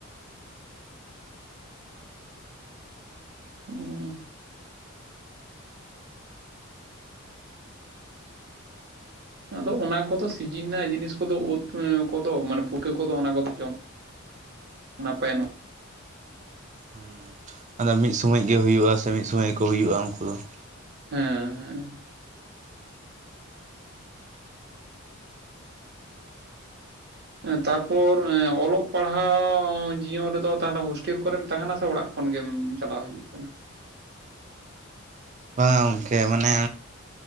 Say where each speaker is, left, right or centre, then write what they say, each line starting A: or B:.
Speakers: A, on the right; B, on the right.
A: ᱦᱮᱸ ᱟᱫᱚ ᱚᱱᱟ ᱠᱚᱫᱚ ᱥᱤᱡᱤᱱ ᱨᱮᱱᱟᱜ ᱡᱤᱱᱤᱥ ᱠᱚᱫᱚ ᱩᱫ ᱠᱚᱫᱚ ᱢᱟᱱᱮ ᱯᱷᱩᱴᱠᱟᱹ ᱠᱚᱫᱚ ᱚᱱᱟ ᱠᱚᱫᱚ ᱡᱚᱢ ᱱᱟᱯᱟᱭ ᱱᱚᱜ
B: ᱦᱩᱸ ᱾ ᱟᱫᱚ ᱢᱤᱫ ᱥᱳᱢᱚᱭ ᱜᱮ ᱦᱩᱭᱩᱜᱼᱟ ᱥᱮ ᱢᱤᱫ ᱥᱳᱢᱚᱭ ᱜᱮ ᱠᱚ ᱦᱩᱭᱩᱜᱼᱟ ᱩᱱᱠᱩ ᱫᱚ ᱾
A: ᱦᱮᱸ ᱦᱮᱸ ᱾ ᱛᱟᱨᱯᱚᱨ ᱚᱞᱚᱜ ᱯᱟᱲᱦᱟᱣ ᱡᱤᱭᱚᱱ ᱨᱮᱫᱚ ᱛᱟᱦᱚᱞᱮ ᱦᱳᱥᱴᱮᱞ ᱠᱚᱨᱮᱢ ᱛᱟᱦᱮᱱᱟ ᱥᱮ ᱚᱲᱟᱜ ᱠᱷᱚᱱ ᱜᱮᱢ ᱪᱟᱞᱟᱣ ᱦᱤᱡᱩᱜ ᱠᱟᱱᱟ?
B: ᱵᱟᱝ ᱜᱚᱝᱠᱮ ᱢᱟᱱᱮ